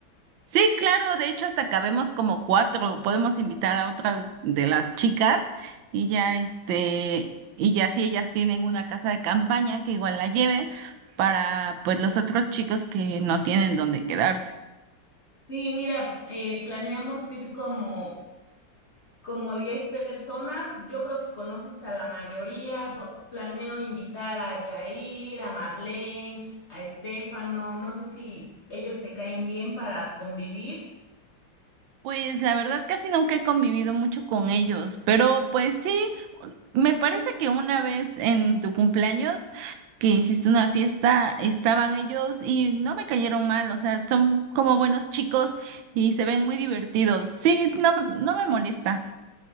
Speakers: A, on the right (about 85°); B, on the left (about 40°).
A: Sí, claro, de hecho hasta cabemos como cuatro, podemos invitar a otras de las chicas y ya este, y ya si ellas tienen una casa de campaña que igual la lleve para pues los otros chicos que no tienen dónde quedarse.
B: Sí, mira, eh, planeamos ir como, como 10 personas, yo creo que conoces a la mayoría, Vo- planeo invitar a Jair, a Marlene, a Estefano, no sé si ellos te caen bien para convivir.
A: Pues la verdad casi nunca he convivido mucho con ellos, pero pues sí, Me parece que una vez en tu cumpleaños que hiciste una fiesta, estaban ellos y no me cayeron mal, o sea, son como buenos chicos y se ven muy divertidos. Sí, no me, no me molesta.